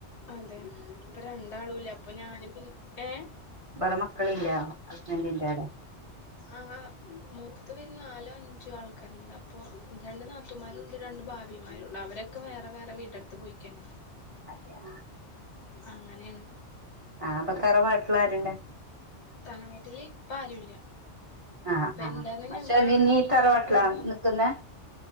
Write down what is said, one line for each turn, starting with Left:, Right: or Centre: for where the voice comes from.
Left: അതെ ഇപ്പ രണ്ടാളൂല്ല അപ്പൊ ഞാന് പിന്നെ ഏഹ്
Right: ബേറെ മക്കളില്ലാ ഹസ്ബന്റിന്റെടെ
Left: ആ മൊത്തത്തി നാലോ അഞ്ചോ ആൾക്കാരുണ്ട് അപ്പൊ രണ്ട് നാ ത്തുമാരുണ്ട് രണ്ട് ഭാവിമാരുണ്ട് അവരൊക്കെ വേറെ വേറെ വീട് ടുത്ത് പോയിക്കാണ്
Right: അതെയാ
Left: അങ്ങനെണ്
Right: ആഹ് അപ്പൊ തറവാട്ടിലാരുണ്ട്
Left: താരവാാട്ടില് ഇപ്പ ആരുല്ല
Right: ആഹ്
Left: ഇപ്പൊ
Right: ആഹ്
Left: എന്തായിുന്ന
Right: മച്ചാൻ
Left: ഞങ്ങളാണ്
Right: നീ
Left: അപ്പൊ
Right: തറവാട്ടിലാ
Left: ഞാനിപ്പ കണ്ടുവന്നു
Right: നിക്കുന്നെ